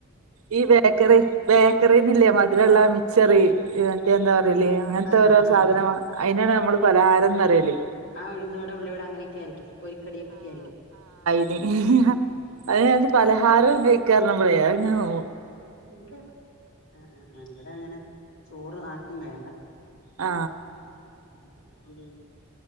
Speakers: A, on the right; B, on the left.
A: ഈ ബേക്കറി, ബേക്കറിന്നീല്ലേ മധുരമുള്ള മിച്ചറ് മറ്റേ എന്താ പറേല് അങ്ങനത്തെ
B: ആഹ്
A: ഓരോ
B: ആഹ്
A: സാധനമാ
B: ആഹ്
A: അയിനാണ് നമ്മ നമ്മള് പലഹാരം ന്ന് പറയല്.
B: ആ ഉഴുന്നുവട ഉള്ളി വട അങ്ങനെയൊക്കെ ആയിരിക്കും, പൊരിക്കടിയൊക്കെ ആയിരിക്കും.
A: അതിനയിന്
B: ഉം ഉം
A: പലഹാരം ഐക്കാപറഞ്ഞപ്പള് അതിങ്ങനെ നോ
B: <unintelligible> ആ ആ ആ ഇവിടെ അങ്ങനെ ചോറ് റ് ആർക്കും വേണ്ട
A: ആ
B: ഉം